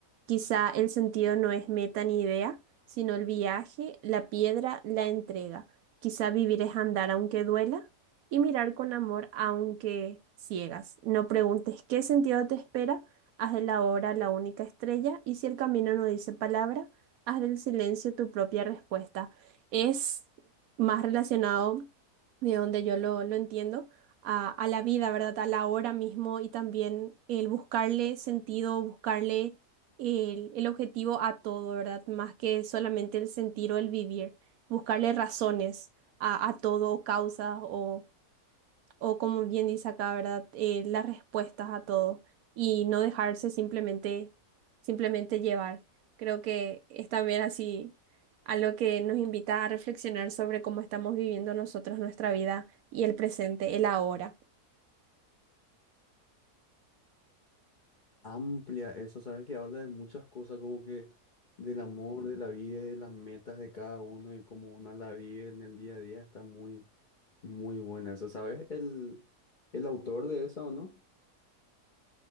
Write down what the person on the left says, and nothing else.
Amplia eso, ¿sabes? Que habla de muchas cosas, como que del amor, de la vida, y de las metas de cada uno y cómo uno la vive en el día a día. Está muy, muy buena eso, ¿sabes? El, el autor de eso, ¿o no?